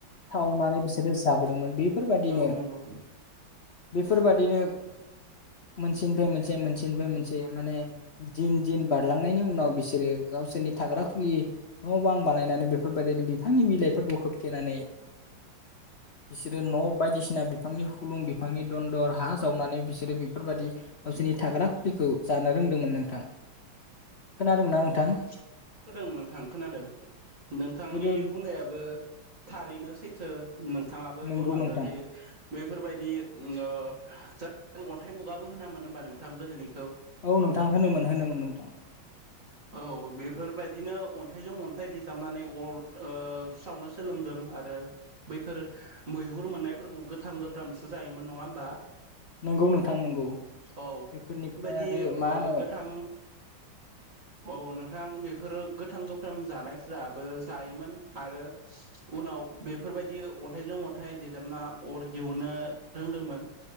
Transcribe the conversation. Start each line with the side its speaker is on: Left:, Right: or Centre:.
Left: सावनानै बिसोरो जाबोदोंमोन बे बेफोरबादिनो
Right: औ नंगौ
Left: बेफोरबादिनो। मोनसेनिफ्राय मोनसे मोनसेनिफ्राय मोनसे माने दिन दिन बारलांनायनि उनाव बिसोरो गावसोरनि थाग्रा खुलि न' बां बानायनानै बेफोरबायदिनो बिफांनि बिलाइफोरखौ होबथेनानै बिसोरो न' बायदिसिना बिसिना बिफांनि खुलुं बिफांनि दन्दर हा जावनानै बिसोरो बेफोरबायाददि गावसोरनि थाग्रा खुलिखौ जानो रोंदोंमोन नोंथां। खोनादोंना नोंथां?
Right: खोनादों नोंथां खोनादों नोंथांनि
Left: गोदो
Right: बुंनायाबो थारैनो सैथो नोंथाङाबो
Left: नोंगौ
Right: बुंलांदों
Left: नोंथां
Right: दि बैफोरबायदि जों अन्थाइ मुगाबो होनामोन हबा नोंथां गोदोनि
Left: औ नोंथां होनोमोन होनोमोन नोंथां
Right: औ बेफोरबायदिनो अन्थाइजों अन्थाइ दजाबनानै अर सावनो सोलोंदों आरो बैफोर मैहुर मोननायफोरखौ गोथां गोब्रामसो जायोमोन नङा होमबा?
Left: नंगौ नोंथां नंगौ
Right: औ
Left: बेफोरनिफ्राय
Right: बेबायदि
Left: आरो
Right: ओ
Left: मा होनो
Right: गोथां औ नोंथां बेफोरो गोथां गोफ्राम जानायफोराबो जायोमोन आरो उनाव बेफोरबायदि अन्थाइजों अन्थाइ देजाबना अर दिहुननो रोंदोंमोन